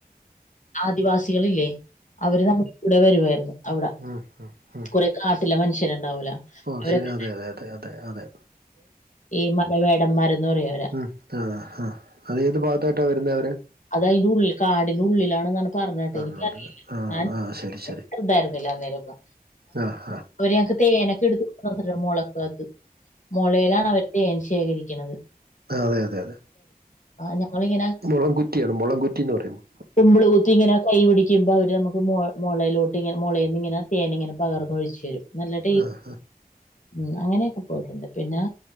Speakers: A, on the left (about 50°); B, on the right (about 75°).
A: ആദിവാസികളില്ലേ അവര് നമ്മക്ക് ഇവിടെ വരുയിരുന്നു അവിടെ
B: ഉം ഉം ഉം
A: കുറെേ കാട്ടില്ല മനുഷ്യർണ്ടാവൂല
B: ഓ
A: അവരൊക്കെ
B: ശരി അതെ അതെ അതെ അതെ അതെ
A: ഈ മലവേടന്മാരന്ന് പറയാ
B: ഉം ആ ആഹ് അത ഏത് ഭാഗത്തായിട്ടാ വരുന്നേ അവര്
A: അത അതിന്റെ ഉള്ളിൽ കാടിനുള്ളിലാണെന്നാണ് പറഞ്ഞ കേട്ടെ
B: കണ്ണൂര്
A: എനിക്കറിയില്ല
B: ആഹ്
A: ഞാൻ
B: ആഹ് ശരി ശരി
A: ഇണ്ടായിരുന്നില്ല അന്നേരൊക്കെ
B: ആഹ്
A: അവര് ഞങ്ങൾക്ക് തേനൊക്കെ എടുത്ത് മുളക്കകത് മുളയിലാണ് അവർ തേൻ ശേഖരിക്കുന്നത്
B: അതെ അതെ അതെ
A: ഞങ്ങളിങ്ങനെ
B: മുളകുറ്റിയാണ് മുളൻകുറ്റിന്ന് പറയുമ്പോ
A: കുമ്പൾ കുത്തി ഇങ്ങനെ കൈ പിടിക്കുമ്പോ അവര് നമുക്ക് മുളയിലോട്ട് ഇങ്ങ മുളയി നിന്ന് ഇങ്ങനെ തേനി ഇങ്ങനെ പകർന്ന് ഒഴിച്ചു വരും നല്ല ടേസ്റ്റ്
B: ആഹ്
A: ഉ അങ്ങനെയൊക്കെ പോയിട്ടുണ്ട് പിന്നെ